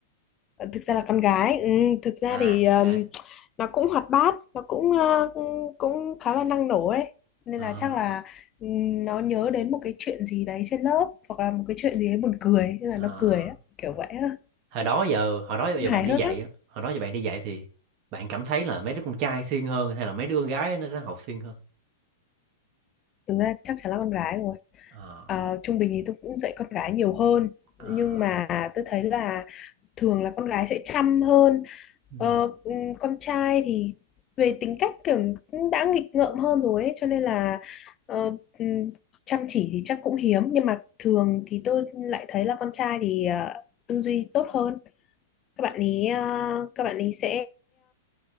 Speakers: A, on the left (about 30°); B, on the right (about 45°).
A: Ờ, thực ra là con gái ừ, thực ra
B: à
A: thì
B: con
A: um,
B: gái
A: nó cũng hoạt bát nó cũng ờ, cũng cũng khá là năng nổ ấy nên
B: à,
A: là chắc là ừm, nó nhớ đến một cái chuyện gì đấy trên lớp hoặc là một cái chuyện gì đấy buồn cười nên là
B: à.
A: nó cười á kiểu vậy á
B: hồi đó giờ hồi đó giờ
A: hài
B: bạn đi
A: hước
B: dạy
A: lắm
B: á, hồi đó giờ bạn đi dạy thì bạn cảm thấy là mấy đứa con trai siêng hơn hay là mấy đứa con gái nó sẽ học siêng hơn
A: thực ra chắc chắn là con gái rồi
B: à,
A: Ờ, trung bình thì tôi cũng dạy con gái nhiều hơn
B: à,
A: nhưng mà tôi thấy là thường là con gái sẽ chăm hơn
B: ừ.
A: Ờ, ừm, con trai thì về tính cách kiểu cũng đã nghịch ngợm hơn rồi ấy, cho nên là ờ, ừm, chăm chỉ thì chắc cũng hiếm nhưng mà thường thì tôi lại thấy là con trai thì ờ, tư duy tốt hơn các bạn ý ờ, các bạn ý sẽ